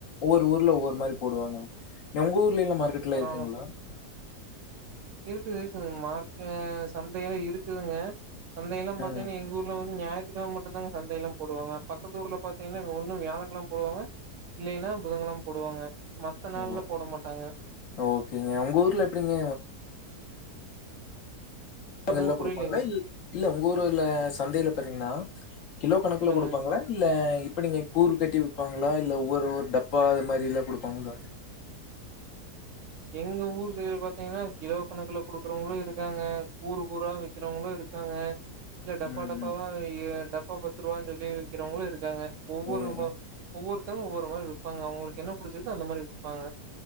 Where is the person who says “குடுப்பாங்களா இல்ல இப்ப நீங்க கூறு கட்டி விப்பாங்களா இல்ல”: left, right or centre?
Left